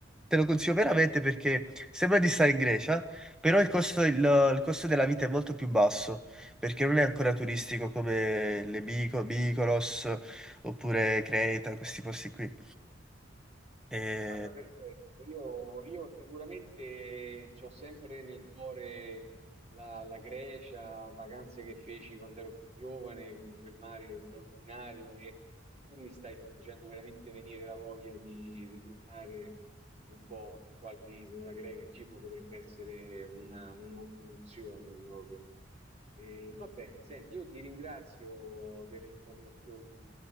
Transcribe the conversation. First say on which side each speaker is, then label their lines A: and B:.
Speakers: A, in the centre; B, on the right.
A: te lo consiglio veramente perché sembra di stare in Grecia, però il costo, il- il costo della vita è molto più basso, perché non è ancora turistico come le Myko- Mykonos oppure Creta, questi posti qui. E
B: Guarda, perfetto. Io, io sicuramente ci ho sempre nel cuore la, la Grecia, vacanze che feci quando ero più giovane, con quel mare straordinario e, e tu mi stai facendo veramente venire la voglia di ritornare un po' su qualche isola greca e Cipro potrebbe essere una, un'ottima opzione proprio. E va bene, senti, io ti ringrazio delle informazioni,